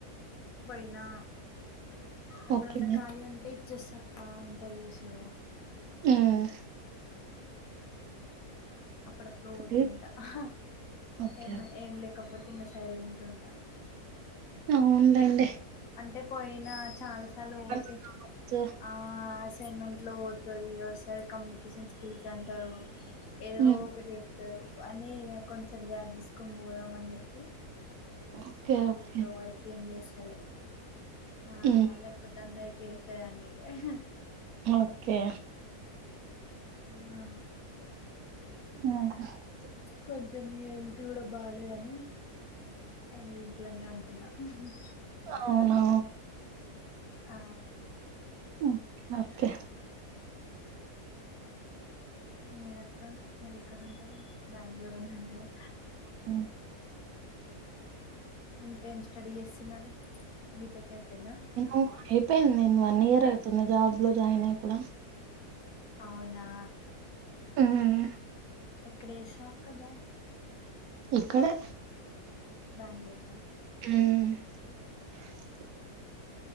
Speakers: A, on the left; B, on the right.
A: బోయినా ఎప్పుడన్నా
B: ఓకే
A: ఖాళీ ఉంటే ఇచ్చేస్స ఆ ఇంటర్వ్యూసు
B: ఊమ్
A: అప్పుడప్పుడు వోతుంటా
B: రైట్.
A: అహ్
B: ఓకే
A: ఏమె ఏం లేకపోతే ఇంగ సైలెంట్ ఉంటా
B: ఔన్లెండి
A: అంటే పోయినా చాలా సార్లు
B: చేయండి
A: ఓతే
B: జాబ్స్.
A: అ ఆ అసైన్మెంట్లో ఓతది ఒసారి కమ్యూనికేషన్ స్కిల్స్ అంటారు ఏదో
B: హ్మ్.
A: ఒకటి చెప్తారు అని ఇగ కొంచెం గ్యాప్ దీసుకొని వోదాం అన్ జెప్పి
B: ఓకే
A: ఇ
B: ఓకే
A: ఇప్పుడు వర్క్ ఏం జేస్సలే ఆ
B: హ్మ్.
A: లేక్ పోతే అందరికి ఏసేదన్ని హ్
B: ఓకే
A: ఆ
B: అ హ్
A: కొంచెం మీ హెల్త్ ఉడా బాలే అని అ ఇంట్లనే ఉంటున్నా ఉహ్మ్
B: అవునా
A: ఆ
B: ఓక్ ఓకే
A: మీరక్క మీర్ ఇక్కడుంటారు బాంగళూరన్నారు గద
B: అ
A: ఇంకా ఏం స్టడీ చేస్తున్నారు బీటెక్ అయిపోయిందా
B: ఉ అయిపోయింద్ నేన్ వన్ ఇయర్ అవుతుంది జాబ్ లో జాయిన్ అయ్ కూడా
A: ఆవునా
B: ఉమ్,
A: ఎక్కడేసవక్కా జాబ్
B: ఇక్కడే
A: బెంగళూర
B: ఊమ్